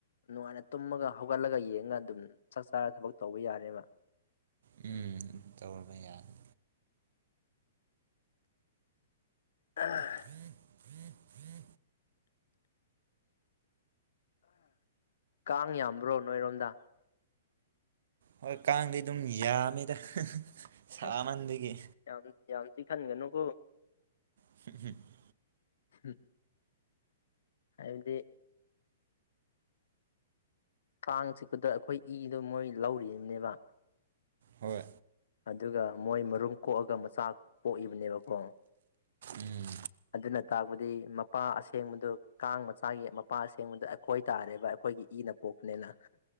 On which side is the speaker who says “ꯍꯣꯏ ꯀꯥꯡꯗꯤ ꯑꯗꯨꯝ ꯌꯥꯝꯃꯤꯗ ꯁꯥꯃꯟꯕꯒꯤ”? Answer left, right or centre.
Right